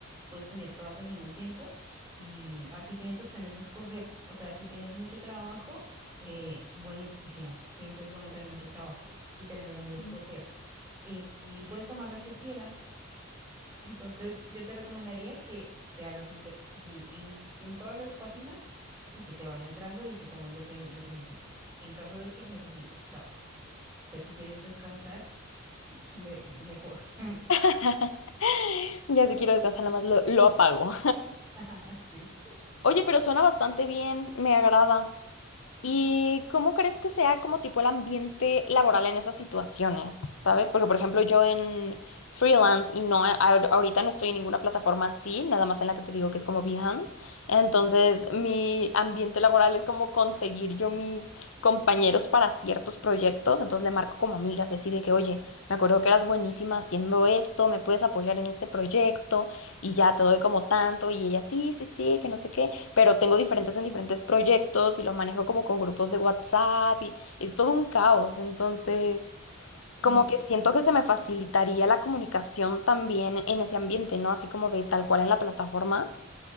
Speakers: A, on the right; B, on the left.
A: puedes tener todas al mismo tiempo y así tienes opciones de escoger. O sea, si tienes mucho trabajo, eh, buenísimo. Siempre es bueno tener mucho trabajo y tener de dónde escoger.
B: Mm.
A: Y, y puedes tomar las que quieras. Entonces, yo te recomendaría que te hagas un perfil en, en todas las páginas y que te vaya entrando y te tomes lo que, lo que necesites, en caso de que necesites trabajo. Ya si quieres descansar, me- mejor. <laughs>
B: <laughs> Ya si quiero descansar, nada más lo, lo apago.
A: <laughs> Sí.
B: <laughs> Oye, pero suena bastante bien, me agrada. ¿Y cómo crees que sea como tipo el ambiente laboral en esas situaciones? ¿Sabes? Porque, por ejemplo, yo en freelance y no, a- ahorita no estoy en ninguna plataforma así, nada más en la que te digo que es como Behance. Entonces, mi ambiente laboral es como conseguir yo mis compañeros para ciertos proyectos. Entonces, le marco como amigas y así de que, oye, me acuerdo que eras buenísima haciendo esto, me puedes apoyar en este proyecto y ya te doy como tanto. Y ella, sí, sí, sí, que no sé qué pero tengo diferentes en diferentes proyectos y lo manejo como con grupos de WhatsApp y es todo un caos. Entonces,
A: Uy,
B: como que siento
A: claro.
B: que se me facilitaría la comunicación también en ese ambiente, ¿no? Así como de tal cual en la plataforma.